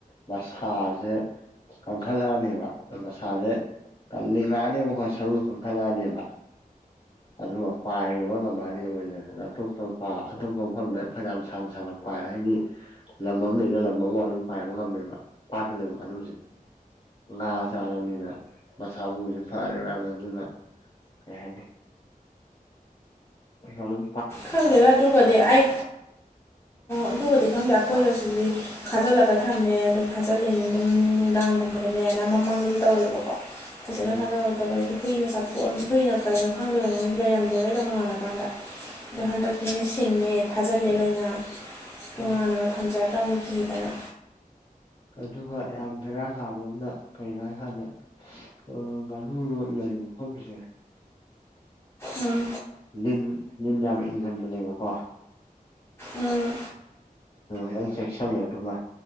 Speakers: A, on the left; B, on the left.
A: ꯃꯁꯥꯁꯦ ꯀꯪ ꯈꯠꯂꯥꯛ ꯑꯥꯅꯤꯕꯥ ꯃꯁꯥꯁꯦ ꯀꯜꯂꯤꯉꯛꯑꯅꯦꯕ ꯑꯩꯏ ꯁꯔꯨ ꯈꯟꯈꯠꯂꯛꯑꯅꯦꯕ ꯑꯗꯨꯒ ꯄꯥꯏꯕ ꯉꯝꯃꯛꯑꯅꯤ ꯃꯣꯏꯅꯇꯣꯞ ꯑꯇꯣꯞꯄ ꯃꯐꯝꯗ ꯐꯅ ꯁꯥꯡꯅ ꯁꯥꯡꯅ ꯄꯥꯏ ꯍꯥꯏꯗꯤ ꯂꯝ ꯑꯃ ꯂꯩꯅ ꯂꯝ ꯑꯃ ꯑꯗꯨꯝ ꯄꯥꯏꯕ ꯉꯝꯃꯦꯕ ꯄꯥꯠꯇ ꯂꯩꯕꯥ ꯉꯥꯅꯨꯁꯦ ꯉꯥ ꯆꯥꯔꯝꯅꯤꯅ ꯃꯁꯥ ꯃꯥꯎꯁꯦ ꯐꯔꯦ ꯃꯌꯥꯝꯅꯥ ꯑꯗꯨꯅ ꯀꯩ ꯍꯥꯏꯅꯤ ꯍꯜꯂꯣ
B: ꯈꯪꯗꯦꯗ ꯑꯗꯨꯒꯗꯤ ꯑꯩ ꯑꯗꯨꯒꯗꯤ ꯈꯪꯗꯦ ꯑꯩꯈꯣꯏꯒꯁꯨꯗꯤ ꯐꯥꯖꯤꯜꯂꯒ ꯊꯝꯃꯦ ꯑꯗꯨ ꯐꯥꯖꯤꯜꯂꯤ ꯑꯗꯨꯝ ꯅꯨꯡꯗꯥꯡꯒꯨꯝꯕꯗꯅꯦ ꯍꯥꯏꯅ ꯃꯃꯥꯡꯗꯁꯨ ꯇꯧꯋꯦꯕꯀꯣ ꯐꯖꯅ
A: ꯎꯝ
B: ꯐꯥꯖꯔꯛꯇꯕ ꯑꯩꯁꯦ ꯍꯨꯏꯅ ꯆꯥꯛꯊꯣꯛꯑ ꯍꯨꯏꯅ ꯀꯔꯤꯣ ꯈꯪꯗꯣꯏꯔ ꯂꯩꯔꯝꯗꯦꯕꯩꯗꯣꯥꯟꯜꯂꯀꯥꯟꯗ ꯑꯗꯣ
A: ꯎꯝ
B: ꯍꯟꯗꯛꯇꯤꯅ ꯁꯤꯡꯉꯦ ꯐꯥꯖꯤꯜꯂꯦ ꯂꯣꯏꯅ ꯇꯣꯉꯥꯟꯅꯒ
A: ꯎꯝ
B: ꯊꯝꯖꯗ꯭ꯔꯕꯅꯤ ꯀꯤꯗꯅ
A: ꯑꯗꯨꯒ ꯌꯥꯝ ꯚꯦꯔꯥ ꯍꯥꯕ ꯑꯃꯅ ꯀꯔꯤꯒꯤꯅꯣ ꯍꯥꯏ ꯀꯥꯟꯗ ꯎꯝ ꯉꯥꯅꯨ ꯂꯩꯕ ꯃꯐꯝꯁꯦ
B: ꯎꯝ
A: ꯂꯤꯟ ꯂꯤꯟ ꯌꯥꯝ ꯏꯪꯒꯟꯕꯅꯦꯕꯀꯣ
B: ꯎꯝ
A: ꯅꯡ ꯆꯦꯛꯁꯜꯂꯣ ꯑꯗꯨꯃꯥ